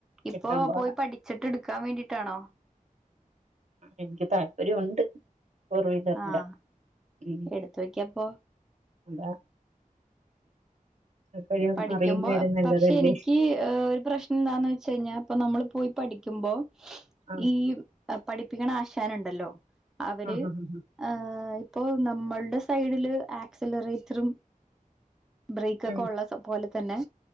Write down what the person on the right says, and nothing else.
കിട്ടാൻ പാടാ
എനിക്ക് താല്പര്യയെണ്ട് കുറവിതല്ല
ഉം
അതാ എപ്പോഴും
അറിയുന്നവരും നല്ലതല്ലേ
ആ
ആ ആ ആ
ആ.
ഉം.